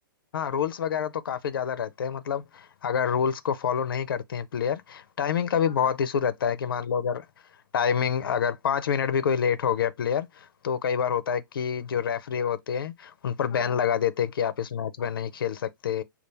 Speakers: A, on the left; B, on the left.
A: हाँ रूल्स वगैरह तो काफी ज्यादा रहते हैं मतलब अगर रूल्स को फॉलो नहीं करते हैं प्लेयर टाइमिंग का भी
B: हाँ
A: बहुत
B: हाँ
A: इशू रहता है कि मान लो अगर टाइमिंग अगर पाँच मिनट भी कोई लेट हो गया प्लेयर तो कई बार होता है कि जो रेफरी होते हैं उन पर
B: हाँ
A: बैन
B: हाँ
A: लगा देते हैं कि आप इस मैच में नहीं खेल सकते